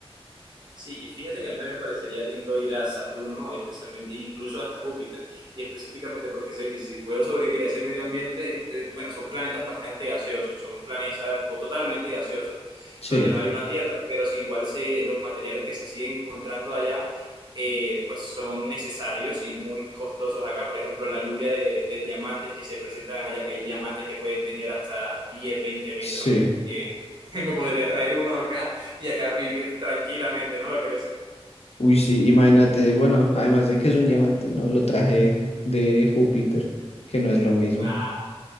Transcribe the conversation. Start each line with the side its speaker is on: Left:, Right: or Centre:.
Right: Sí, y fíjate que a mí también me parecería lindo ir a Saturno, especialmente, e incluso hasta Júpiter, y específicamente porque sé que si puedo sobrevivir a ese medio ambiente, eh, bueno, son planetas bastante gaseosos, son planetas co- totalmente gaseosos,
Left: sí.
Right: donde no hay una Tierra, pero sin igual se, los materiales que se siguen encontrando allá, eh, pues son necesarios y muy costosos acá. Por ejemplo, la lluvia de, de diamantes que se presentan allá, que hay diamantes que pueden tener hasta diez veinte metros.
Left: Sí,
Right: eh, <laughs> me podría traer uno acá <laughs> y acá vivir tranquilamente, ¿no lo crees?
Left: uy, sí, imagínate, bueno, además de que es un diamante, no lo traje de Júpiter, que no es lo mismo.
Right: Claro,